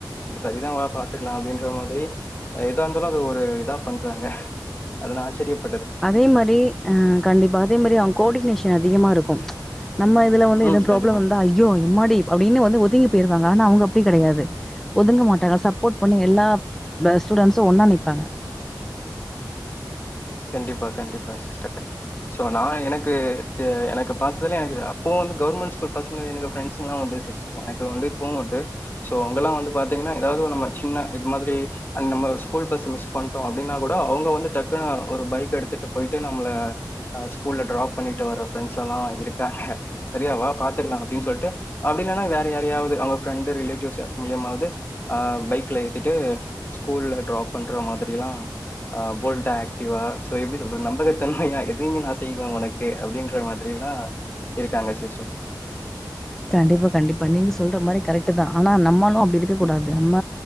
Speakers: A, on the left; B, in the centre.
A: சரிதா வா பாத்துக்கலா அப்டின்ற மாதிரி் எதா இருந்தாலு அது ஒரு இதா பண்றாங்க அதுனா ஆச்சரியப்
B: அதே மாறி கண்டிப்பா அ அதே மாறி அவுங்க கோடிக்னேஷன் அதிகம இருக்கு நம்ம இதுல வந்து
A: ம்
B: எது ப்ராப்ளம்
A: கண்டிப்பா,
B: வந்தா ஐயோ எம்மாடி அப்படின்னு வந்து ஒதுங்கி போயிருங்க ஆனா அவங்க அப்டி கெடையாது ஒதுங்க மாட்டாங்க சப்போட் பண்ணி எல்லாப் ப ஸ்டூடண்ட்ஸு ஒன்னா நிப்பாங்க
A: கண்டிப்பா கண்டிப்பா சிஸ்டர் சோ நா எனக்கு எனக்கு பாத்ததுலயே எனக்கு அப்போ வந்து கவர்மெண்ட் ஸ்கூல் பசங்க எனக்கு ஃப்ரெண்ட்ஸுகலா உண்டு சிஸ் எனக்கு வந்து இப்பவு உண்டு சோ அவங்கெல்லா வந்து பாத்தீங்கன்னா ஏதாவது ஒரு நம்ம சின்ன இது மாதிரி அண்ட் நம்ம ஸ்கூல் பஸ் மிஸ் பண்ட்டோ அப்டின்னா கூட அவங்க வந்து டக்குனு ஒரு பைக் எடுத்துட்டு போயிட்டு நம்மள அ ஸ்கூல்ல ட்ராப் பண்ணிட்டு வர ஃப்ரெண்ட்ஷ் எல்லா இருக்காங்க சரியாவா பாத்துக்கலா அப்டினு சொல்ட்டு அப்டி இல்லன்னா வேற யாராவது அவங்க ஃப்ரெண்டு ரிலேட்டிவ்ஸ் யார் மூலியமாவது ஆ பைக்ல ஏத்திட்டு ஸ்கூல்ல ட்ராப் பண்ற மாரில்லா ஆ போல்டாக் அஃடிவா சோ எப்டி சொல்ற நம்பகத்தன்மையா எதையு நா செய்வே உனக்கு அப்டின்ற மாதிரில்லா இருக்காங்க சிஷ
B: கண்டிப்பா கண்டிப்பா நீங்க சொல்ற மாரி கரெக்ட்டுதா ஆனா நம்மாலு அப்டி இருக்க கூடாது
A: ம்
B: அம்ம